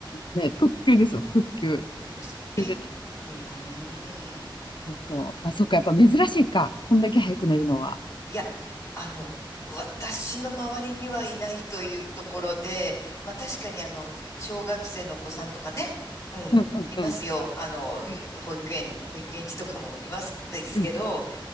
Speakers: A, on the left; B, on the left.
A: ね、特急ですよ、特急。
B: でも、けん、
A: それで
B: うーん。
A: そうそう。あ、そっか、やっぱ珍しいか。こんだけ早く寝るのは。
B: いや、あの、私の周りにはいないというところで、まあ確かにあの、小学生のお子さんとかね、うん、
A: うんうんうん。
B: いますよ。あの、
A: うん
B: 保育園、保育園児とかもいますですけど、
A: うん